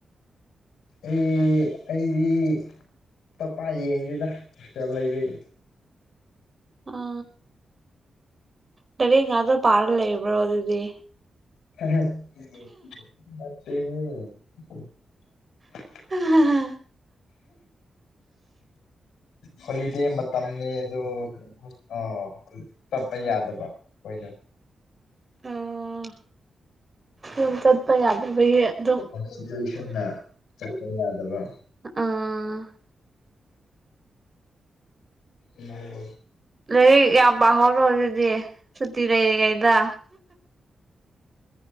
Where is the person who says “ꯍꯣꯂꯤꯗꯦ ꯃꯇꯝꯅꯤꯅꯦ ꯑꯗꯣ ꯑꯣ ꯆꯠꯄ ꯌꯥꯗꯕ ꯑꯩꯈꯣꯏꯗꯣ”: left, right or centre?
Left